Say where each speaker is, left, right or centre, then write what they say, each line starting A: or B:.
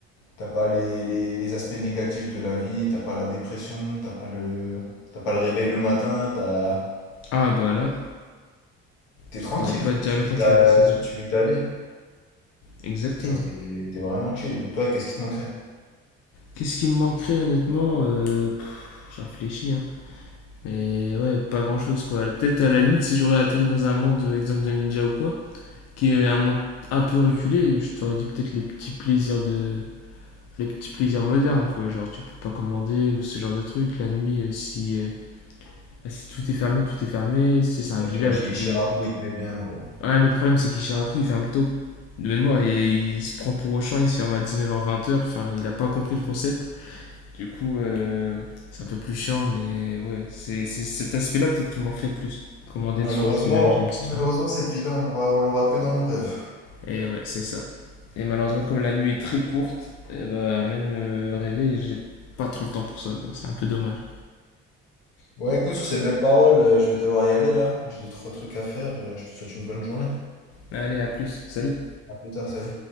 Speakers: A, on the left; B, on the left.
A: t'as pas les, les- les aspects négatifs de la vie, t'as pas la dépression, t'as pas le, t'as pas le réveil le matin, t'as,
B: Ah, bah là,
A: t'es
B: je
A: tranquille,
B: pourrais pas te dire
A: tu
B: le
A: vis
B: contraire,
A: ta,
B: c'est ça.
A: tu, tu vis ta vie.
B: Exactement.
A: Genre, t'es, t'es vraiment chill. Toi, qu'est-ce qui te manquerait?
B: Qu'est-ce qui me manquerait, honnêtement? Euh, pff, je réfléchis, hein. Mais ouais, pas grand-chose, quoi. Peut-être à la limite, si j'aurais atterri dans un monde, euh, exemple de ninja ou quoi, qui est un monde un peu reculé, je t'aurais dit peut-être les petits plaisirs de les petits plaisirs modernes, quoi. Genre, tu peux pas commander ou ce genre de truc. La nuit, euh, si, euh, bah, si tout est fermé, tout est fermé. Tu c'est un
A: Ouais,
B: village,
A: tu vas chez
B: du
A: Chirac,
B: coup. il-
A: où il te met bien, gros.
B: Ouais, mais le problème, c'est qu'Ishiraku, il ferme tôt. De mémoire, il, il se prend pour Auchan, il se ferme à 19h-20h. Enfin, il a pas compris le concept. Du coup, euh, c'est un peu plus chiant, mais ouais. C'est c'est cet aspect-là, peut-être, qui manquerait plus. Commander
A: Malheureusement,
B: le soir, si jamais j'ai une petite
A: malheureusement,
B: faim.
A: cette vie-là, on l'aura, on l'aura que dans nos rêves.
B: Et ouais, c'est ça. Et malheureusement, comme la nuit est très courte, eh bah, même euh, rêver, j'ai pas trop le temps pour ça, quoi. C'est un peu dommage.
A: Bon, écoute, sur ces belles paroles, euh, je vais devoir y aller là. J'ai deux, trois trucs à faire. euh, Je te souhaite une bonne journée.
B: Allez, à plus. Salut.
A: À plus tard, salut.